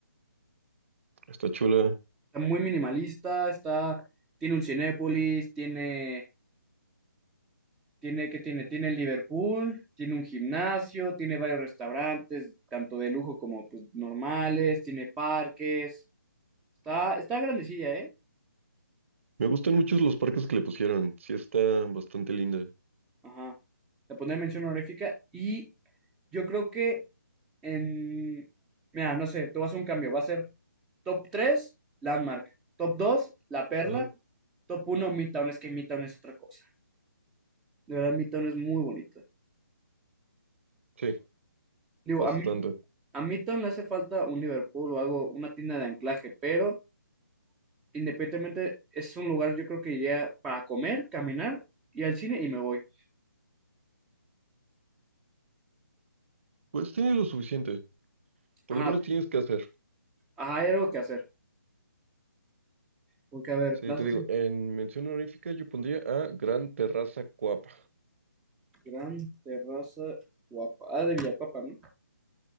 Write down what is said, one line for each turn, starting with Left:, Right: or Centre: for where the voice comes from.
Right: Está chula.
Centre: Está muy minimalista, está. Tiene un Cinépolis, tiene. Tiene qué tiene, tiene Liverpool, tiene un gimnasio, tiene varios restaurantes, tanto de lujo como pues normales, tiene parques. Está, está grandecilla, ¿eh?
Right: Me gustan mucho los parques que le pusieron. Sí, está bastante linda.
Centre: Ajá. Le pondré mención honorífica y yo creo que en, mira, no sé, te voy a hacer un cambio. Va a ser top 3 Landmark. Top 2 La Perla.
Right: Ajá.
Centre: Top uno Midtown. Es que Midtown es otra cosa. De verdad, Midtown es muy bonito.
Right: Sí,
Centre: Digo,
Right: bastante.
Centre: a, mí, a Midtown le hace falta un Liverpool o algo, una tienda de anclaje, pero independientemente es un lugar yo creo que iría para comer, caminar, ir al cine y me voy.
Right: Pues tiene lo suficiente. Por
Centre: Ajá,
Right: lo menos tienes que hacer.
Centre: ajá, hay algo que hacer. Porque, a ver,
Right: Sí,
Centre: Plaza
Right: te digo, en mención honorífica yo pondría a Gran Terraza Coap.
Centre: Gran Terraza Guapa. Ah, de Villapapa, ¿no?